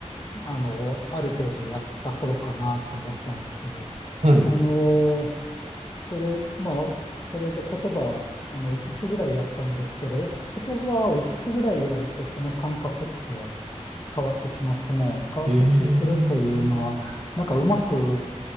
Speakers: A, on the left; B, on the right.
A: あのある程度やった頃かなと思ったんですけど、
B: はい。
A: あのそれ、まあ、それで言葉、あの、5つつぐらいやったんですけど、やっぱ言葉を5つつぐらいやると、その感覚って変わってきますね。変わってくるというのは、
B: へえ。
A: なんかうまく